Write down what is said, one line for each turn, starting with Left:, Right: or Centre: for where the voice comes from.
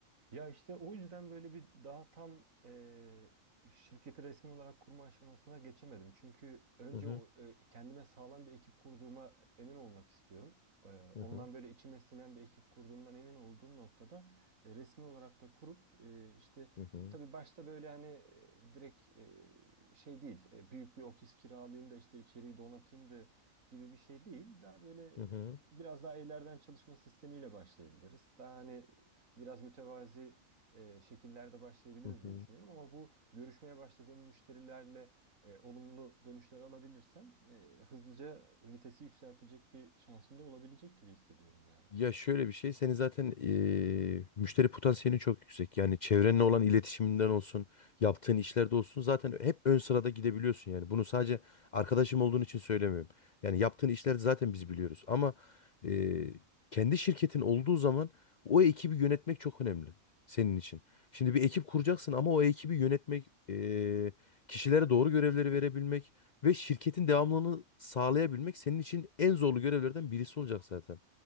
Right: Ya işte o yüzden böyle bir daha tam eee, şirketi resmi olarak kurma aşamasına geçemedim. Çünkü önce
Left: Hı hı
Right: o, e, kendime sağlam bir ekip kurduğuma emin olmak istiyorum. Eee, ondan
Left: hı hı
Right: böyle içime sinen bir ekip kurduğumdan emin olduğum noktada e, resmi olarak da kurup e, işte
Left: hı
Right: tabii başta böyle hani e, direkt e, şey değil e, büyük bir ofis kiralayayım da işte içeriği donatayım da gibi bir şey değil. Daha böyle e,
Left: hı
Right: biraz daha evlerden çalışma sistemiyle başlayabiliriz. Daha hani biraz mütevazi e, şekillerde başlayabiliriz
Left: hı
Right: diye
Left: hı.
Right: düşünüyorum. Ama bu görüşmeye başladığım müşterilerle e, olumlu dönüşler alabilirsem e, hızlıca vitesi yükseltecek bir şansım da olabilecek gibi hissediyorum yani
Left: Ya
Right: aslında.
Left: şöyle bir şey, senin zaten eee, müşteri potansiyelin çok yüksek. Yani çevrenle olan iletişiminden olsun, yaptığın işlerde olsun zaten hep ön sırada gidebiliyorsun yani. Bunu sadece arkadaşım olduğun için söylemiyorum. Yani yaptığın işleri zaten biz biliyoruz. Ama eee, kendi şirketin olduğu zaman o ekibi yönetmek çok önemli senin için. Şimdi bir ekip kuracaksın ama o ekibi yönetmek, eee, kişilere doğru görevleri verebilmek ve şirketin devamlılığını sağlayabilmek senin için en zorlu görevlerden birisi olacak zaten.